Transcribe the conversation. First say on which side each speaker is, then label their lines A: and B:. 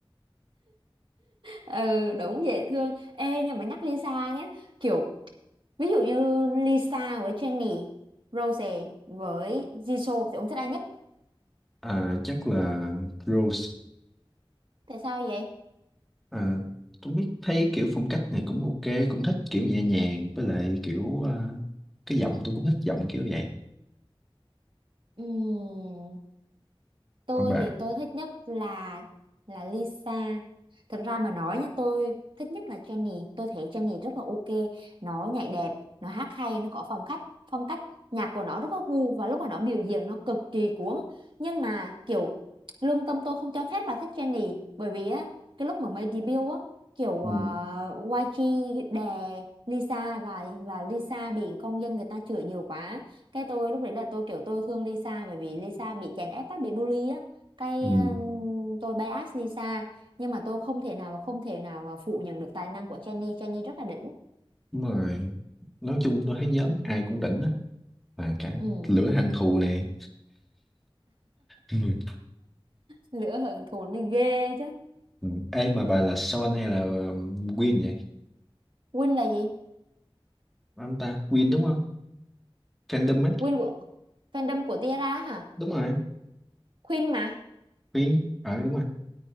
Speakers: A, on the right; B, in the centre.
A: ừ đúng dễ thương ê nhưng mà nhắc Lisa nhé kiểu ví dụ như Lisa với Jennie Rose với Jisoo thì ông thích ai nhất
B: à, chắc là Rose
A: Tại sao vậy?
B: à, tôi biết thấy kiểu phong cách này cũng ok cũng thích kiểu nhẹ nhàng với lại kiểu à, cái giọng tôi cũng thích giọng kiểu vậy
A: Ừm, tôi
B: còn bà
A: thì tôi thích nhất là là Lisa thực ra mà nói nha tôi thích nhất là Jennie tôi thấy Jennie rất là ok nó nhảy đẹp nó hát hay nó có phong cách phong cách nhạc của nó rất có gu và lúc mà nó biểu diễn nó cực kỳ cuốn nhưng mà kiểu lương tâm tôi không cho phép bà thích Jennie bởi vì á cái lúc mà mới debut á kiểu uh,
B: ừ.
A: YG đè Lisa và và Lisa bị công dân người ta chửi nhiều quá cái tôi lúc đấy là tôi kiểu tôi thương Lisa bởi vì Lisa bị chèn ép á bị bully á cái
B: Ừ.
A: uh, tôi bias Lisa nhưng mà tôi không thể nào mà không thể nào mà phủ nhận được tài năng của Jennie Jennie rất là đỉnh
B: đúng rồi nói chung tôi thấy nhóm ai cũng đỉnh á và cả
A: ừ.
B: lửa hận thù nè ừ.
A: lửa hận thù mới ghê chứ
B: Ừ. Ê mà bà là Son hay là um, Win vậy?
A: Win là gì
B: Ông ta Win đúng không? Fandom ấy.
A: Win của fandom của Tiara hả
B: Đúng rồi.
A: Queen mà
B: Win. Ờ đúng rồi.